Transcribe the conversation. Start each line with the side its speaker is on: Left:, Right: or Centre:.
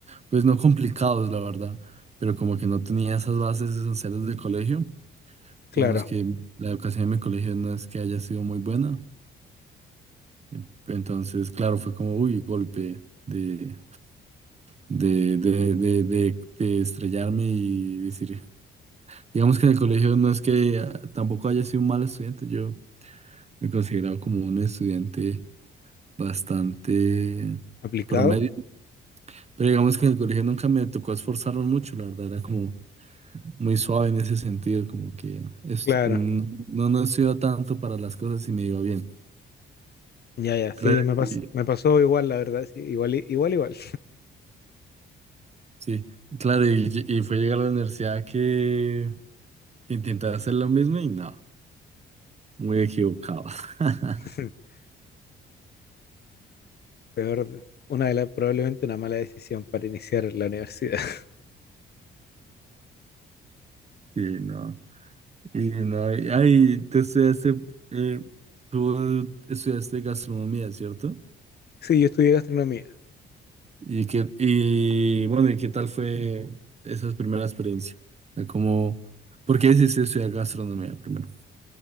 Right: pues no complicados, la verdad, pero como que no tenía esas bases esenciales del colegio.
Left: claro.
Right: Digamos que la educación en mi colegio no es que haya sido muy buena. eh, Entonces, claro, fue como, uy, golpe de, de, de, de, de, de estrellarme y decir, digamos que en el colegio no es que ah, tampoco haya sido un mal estudiante, yo me consideraba como un estudiante bastante
Left: ¿Aplicado?
Right: promedio, pero digamos que en el colegio nunca me tocó esforzarme mucho, la verdad era como muy suave en ese sentido, como que est-
Left: Claro.
Right: mm, no, no estudiaba tanto para las cosas y me iba bien.
Left: Ya, ya, sí,
Right: Claro,
Left: me pas-
Right: y-
Left: me pasó igual, la verdad, sí, igual, i- igual, igual.
Right: sí, claro, y, ll- y fue llegar a la universidad que intentaba hacer lo mismo y no, muy equivocado. <laughs>
Left: <laughs> Peor, una de las, probablemente una mala decisión para iniciar la universidad. <laughs>
Right: Sí, no. Y no, y- ay, tú estudiaste, eh, tú estudiaste gastronomía, ¿cierto?
Left: Sí, yo estudié gastronomía.
Right: Y qué, y bueno, ¿y qué tal fue esa primera experiencia? O sea, ¿Cómo, por qué decidiste estudiar gastronomía primero?